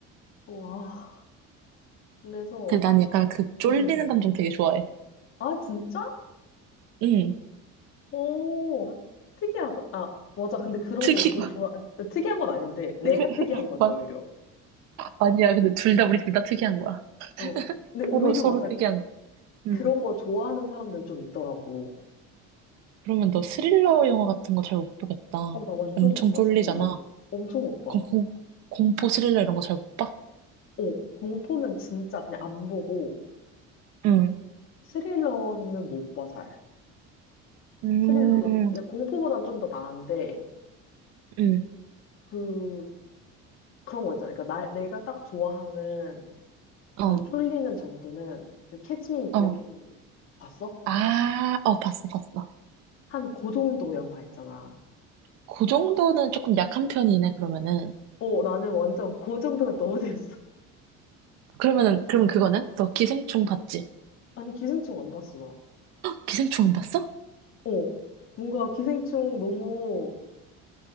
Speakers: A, on the left (about 45°); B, on the right (about 60°).
A: 와. 그래서,
B: 근데 난 약간 그 쫄리는
A: 응응응.
B: 감정 되게 좋아해.
A: 아, 진짜?
B: 응.
A: 오, 특이하다. 아, 맞아. 근데 그런
B: 특이,
A: 거 은근 좋아. 아, 특이한 건 아닌데, 내가
B: <laughs>
A: 특이한 거죠,
B: 막,
A: 오히려.
B: 아니야. 근데 둘 다, 우리 둘 다 특이한 거야.
A: 어. 근데
B: 서로,
A: 오히려
B: 서로
A: 맞아.
B: 특이한
A: 그-
B: 거. 응.
A: 그런 거 좋아하는 사람들 좀 있더라고.
B: 그러면 너 스릴러 영화 같은 거 잘 못 보겠다.
A: 어, 나 완전
B: 엄청
A: 못 봐,
B: 쫄리잖아.
A: 스릴러. 엄청 못 봐.
B: 그럼 공, 공포 스릴러 이런 거 잘 못 봐?
A: 어, 공포는 진짜 그냥 안 보고
B: 응.
A: 스릴러는 못 봐, 잘.
B: 음,
A: 스릴러도 그냥 공포보단 좀 더 나은데
B: 응.
A: 그 그런 거 있잖아. 그러니까 나, 내가 딱 좋아하는
B: 어,
A: 그 쫄리는 정도는 그 Catch Me If
B: 어.
A: You Can 봤어?
B: 아, 어, 봤어, 봤어.
A: 한 그 정도 영화 있잖아.
B: 그 정도는 조금 약한 편이네, 그러면은.
A: 어, 나는 완전 그 정도가 너무 재밌어. <laughs>
B: 그러면은, 그럼 그거는? 너 기생충 봤지?
A: 아니, 기생충 안 봤어,
B: 기생충 안 봤어?
A: 나. 어, 뭔가 기생충 너무